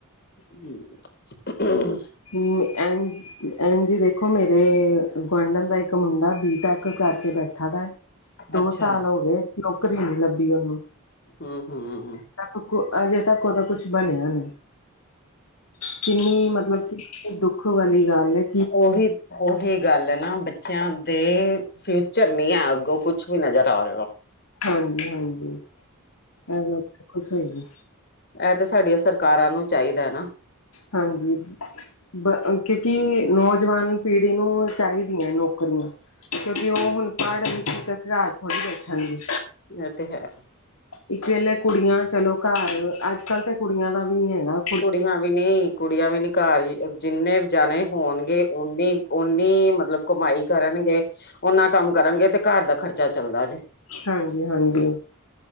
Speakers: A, on the left (about 50°); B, on the left (about 80°).
A: ਹੂੰ।
B: ਹੂੰ ਐਝ ਇੰਜ ਦੇਖੋ ਮੇਰੇ ਗੁਆਂਢਣ ਦਾ ਇੱਕ ਮੁੰਡਾ ਬੀ ਟੈਕ ਕਰਕੇ ਬੈਠਾ ਦਾ ਦੋ
A: ਅੱਛਾ
B: ਸਾਲ ਹੋਗੇ ਨੌਕਰੀ ਨੀ ਲੱਭੀ ਉਨੂੰ।
A: ਹੂੰ-ਹੂੰ।
B: ਤੱਕ ਕੁ ਅਜੇ ਤੱਕ ਉਦਾ ਕੁਛ ਬਣਿਆ ਨੀ, ਕਿੰਨੀ ਮਤਲਬ ਦੁੱਖ ਵਾਲੀ ਗੱਲ ਏ।
A: ਉਹੀ ਉਹੀ ਗੱਲ ਐ ਨਾ ਬੱਚਿਆਂ ਦੇ ਫਿਊਚਰ ਨੀ ਐ ਅੱਗੋਂ ਕੁਛ ਵੀ ਨਜ਼ਰ ਆ ਰੇਆ।
B: ਹਾਂਜੀ-ਹਾਂਜੀ, ਐ ਗੱਲ ਬਿਲਕੁੱਲ ਸਈ ਏ।
A: ਐ 'ਤੇ ਸਾਡੀਆਂ ਸਰਕਾਰਾਂ ਨੂੰ ਚਾਈਦਾ ਨਾ।
B: ਹਾਂਜੀ। ਬ ਕਿਉਂਕਿ ਨੌਜਵਾਨ ਪੀੜੀ ਨੂੰ ਚਾਈਦੀ ਐ ਨੌਕਰੀਆਂ। ਕਿਉਂਕਿ ਓ ਹੁਲ ਪੜ ਲਿਖ ਕੇ ਘਰ ਥੋੜੀ ਬੈਠਣਗੇ।
A: ਏ 'ਤੇ ਹੈ।
B: ਇੱਕ ਵੇਲੇ ਕੁੜੀਆਂ ਚਲੋ ਘਰ ਅੱਜ-ਕੱਲ 'ਤੇ ਕੁੜੀਆਂ ਦਾ ਵੀ ਨੀ ਹੈਗਾ।
A: ਕੁੜੀਆਂ ਵੀ ਨਈ ਕੁੜੀਆਂ ਵੀ ਨੀ ਘਰ ਈ ਜਿੰਨੇ ਜਣੇ ਹੋਣਗੇ ਉਨੀ, ਉਨੀ ਮਤਲਬ ਕਮਾਈ ਕਰਨਗੇ। ਉਨਾਂ ਕੰਮ ਕਰਨਗੇ 'ਤੇ ਘਰ ਦਾ ਖ਼ਰਚਾ ਚੱਲਦਾ ਜੇ।
B: ਹਾਂਜੀ ਹਾਂਜੀ